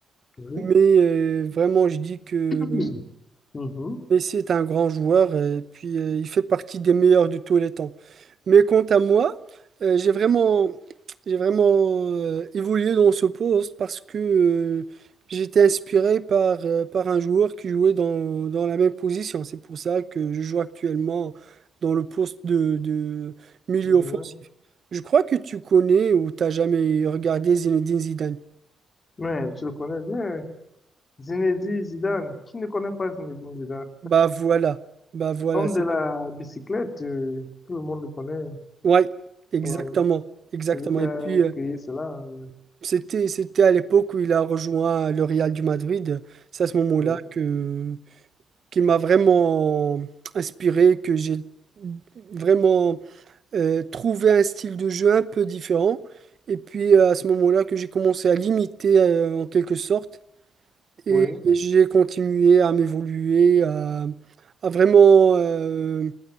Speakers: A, on the left; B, on the right.
A: Oui.
B: mais euh, vraiment, je dis que
A: Mhm.
B: euh,
A: Mhm.
B: Messi est un grand joueur et puis euh, il fait partie des meilleurs de tous les temps. Mais quant à moi, euh, j'ai vraiment, j'ai vraiment euh, évolué dans ce poste parce que euh, j'étais inspiré par, euh, par un joueur qui jouait dans, dans la même position. C'est pour ça que je joue actuellement dans le poste de, de milieu
A: ouais
B: offensif. Je crois que tu connais ou t'as jamais regardé Zinedine Zidane.
A: Mais je le connais bien. Zinedine Zidane. Qui ne connaît pas Zinedine Zidane?
B: Bah voilà, bah voilà,
A: L'homme
B: c'est...
A: de la bicyclette, euh, tout le monde le connaît.
B: Ouais, exactement,
A: Ouais.
B: exactement.
A: Celui qui
B: Et
A: a
B: puis, euh,
A: créé cela. euh,
B: C'était, c'était à l'époque où il a rejoint le Real du Madrid. C'est à ce moment-là
A: ouais.
B: que qu'il m'a vraiment inspiré, que j'ai vraiment euh, trouvé un style de jeu un peu différent. Et puis euh, à ce moment-là que j'ai commencé à l'imiter euh, en quelque sorte. Et
A: Oui.
B: j'ai continué à m'évoluer, à, à vraiment euh,